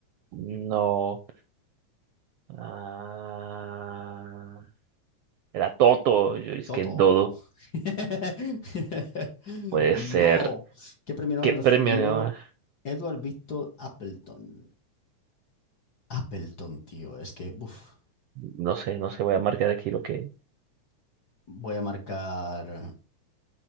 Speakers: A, on the right; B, on the left.
A: no. Ah, era Toto. Yo es
B: Toto.
A: que Dodo.
B: <laughs>
A: Puede
B: Dodo.
A: ser.
B: ¿Qué premio Nobel
A: ¿Qué premio?
B: recibió
A: No,
B: Edward Victor Appleton? Appleton, tío. Es que, uff.
A: no sé, no sé. Voy a marcar aquí lo que.
B: Voy a marcar.